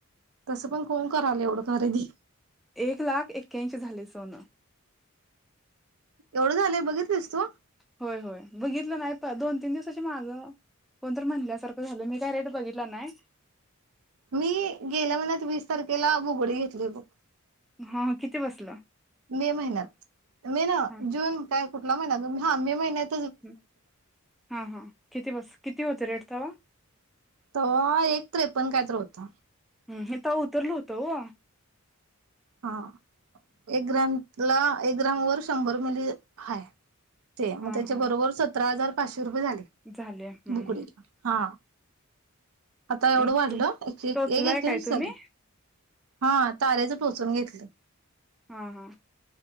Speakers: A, on the right; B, in the centre.
A: तसं पण कोण करालाय एवढं खरेदी.
B: एक लाख ऐक्क्याशीं झालय सोनं.
A: एवढं झालंय बघित तेसतो <unintelligible>
B: होय होय बघितलं नाही प दोन तीन दिवसाची माग कोणत म्हणल्यासारखं झालं मी काय रेट बघितला नाय.
A: मी गेल्या महिन्यात वीस तारखेला बुगडी घेतली बघ.
B: हा किती बसलं
A: मे महिन्यात मे ना
B: हा
A: जून काय मे महिन्यात
B: ् हा हा किती बस किती होते रेट तो <unintelligible>
A: तवा एक त्रेपण काय तर होत.
B: हिम् त उतरल होत हो
A: हा. एक ग्राम. ला एक ग्राम वर शंभर मिली हाय ते म
B: हा
A: त्याच्याबरोबर
B: हा
A: सतरा हजार किती रुपय झाले
B: झाले हम्म
A: बुकडीला हा आता एवढं
B: हम्म
A: वाढलं एक ऐक्क्याशीं
B: टोचलाय काय तुम्ही
A: झाल हा. तारेच टोचून घेतलं.
B: हा हा.